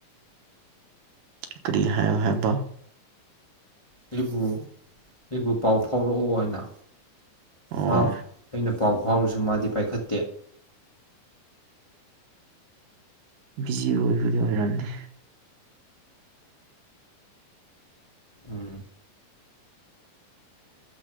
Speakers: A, on the right; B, on the left.
A: ꯀꯔꯤ ꯍꯥꯏꯌꯣ ꯍꯥꯏꯕ
B: ꯑꯩꯕꯨ ꯑꯩꯕꯨ ꯄꯥꯎ ꯐꯥꯎꯔꯛꯑꯣ ꯍꯥꯏꯅ
A: ꯑꯣ
B: ꯍꯥꯎ ꯑꯩꯩꯅ ꯄꯥꯎ ꯐꯥꯎꯔꯁꯨ ꯃꯥꯗꯤ ꯄꯥꯏꯈꯠꯇꯦ
A: ꯕꯤꯖꯤꯤ ꯑꯣꯏꯣꯏꯕꯨ ꯍꯦꯔꯅꯤꯅꯤ
B: ꯎꯝ